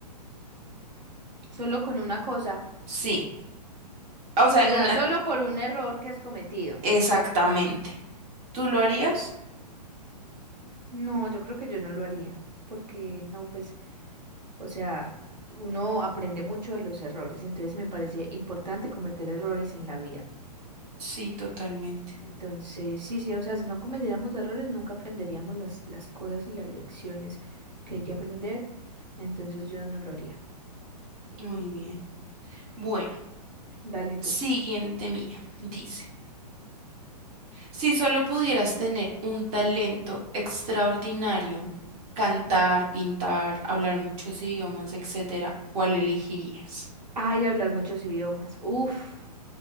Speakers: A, on the right (about 90°); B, on the right (about 25°).
A: Solo con una cosa.
B: Sí. O sea,
A: O
B: en
A: sea,
B: una...
A: solo por un error que has cometido.
B: Exactamente. ¿Tú lo harías?
A: No, yo creo que yo no lo haría. Porque no, pues, o sea, uno aprende mucho de los errores. Entonces me parece importante cometer errores en la vida.
B: Sí, totalmente.
A: Entonces, sí, sí, o sea, si no cometiéramos errores, nunca aprenderíamos las, las cosas y las lecciones que hay que aprender. Entonces yo no lo haría.
B: Muy bien. Bueno,
A: Dale tú.
B: siguiente mía. Dice, si solo pudieras tener un talento extraordinario, cantar, pintar, hablar muchos idiomas, etcétera, ¿cuál elegirías?
A: Ay, hablar muchos idiomas. Uf,